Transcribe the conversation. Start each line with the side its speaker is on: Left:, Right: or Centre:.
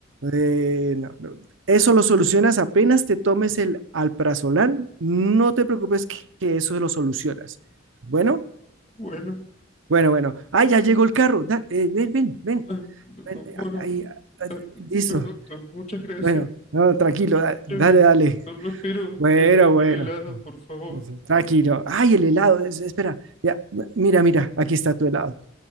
Right: Eh, no, no. Eso lo solucionas apenas te tomes el alprazolam. No te preocupes que, que eso lo solucionas. Bueno,
Left: Bueno,
Right: bueno, bueno. Ah, ya llegó el carro. da- eh, ven, ven, ven,
Left: ah, bueno,
Right: ven, eh, ahí, ah,
Left: bueno,
Right: listo.
Left: doctor, muchas gracias.
Right: Bueno, no, tranquilo,
Left: Muchas,
Right: da-
Left: muchas
Right: dale,
Left: gracias,
Right: dale.
Left: doctor. Lo espero, espero
Right: Bueno,
Left: el,
Right: bueno.
Left: el helado, por favor.
Right: Entonces, tranquilo. Ay, el helado. es- espera. Ya, mira, mira. Aquí está tu helado.